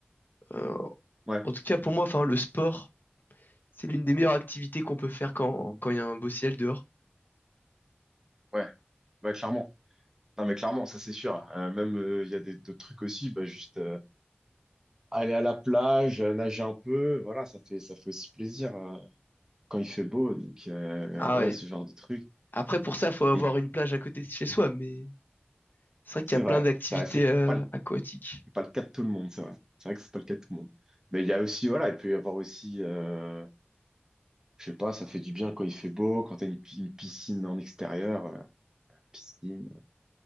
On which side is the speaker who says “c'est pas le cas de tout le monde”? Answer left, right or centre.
Right